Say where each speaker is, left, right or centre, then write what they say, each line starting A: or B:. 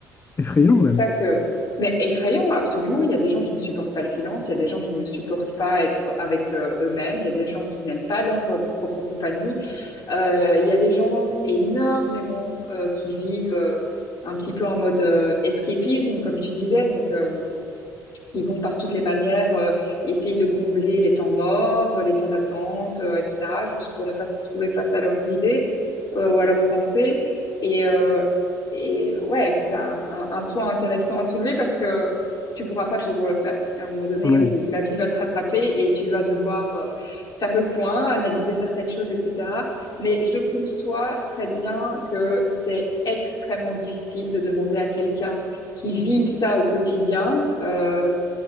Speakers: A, on the left; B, on the left.
A: Effrayant
B: C'est pour
A: même.
B: ça que... Mais effrayant, absolument. Il y a des gens qui ne supportent pas le silence, il y a des gens qui ne supportent pas être avec euh, eux-mêmes, il y a des gens qui n'aiment pas leur euh, propre compagnie, Euh, il y a des gens énormément euh, qui vivent euh, un petit peu en mode euh, escapisme, comme tu disais. Donc, euh, ils vont par toutes les manières euh, essayer de combler les temps morts, euh, les temps d'attente, euh, etc., juste pour ne pas se retrouver face à leurs idées euh, ou à leurs pensées. Et, euh, et ouais, c'est un, un- un point intéressant à soulever parce que tu pourras pas toujours le faire. À un moment donné
A: Ouais.
B: où la vie va te rattraper et tu vas devoir euh, faire le point, analyser certaines choses, etc. Mais je conçois très bien que c'est extrêmement difficile de demander à quelqu'un qui vit ça au quotidien. euh,